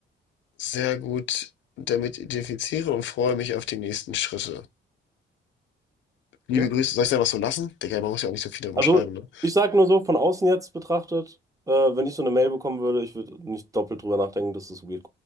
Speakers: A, on the left; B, on the right.
A: sehr gut damit identifizieren und freue mich auf die nächsten Schritte. Liebe
B: Ja.
A: Grüße, soll ich es einfach so lassen? Digga, man muss ja auch nicht so viel darüber
B: Also,
A: schreiben, ne?
B: ich sag nur so, von außen jetzt betrachtet, äh, wenn ich so eine Mail bekommen würde, ich würde nicht doppelt drüber nachdenken, dass es weird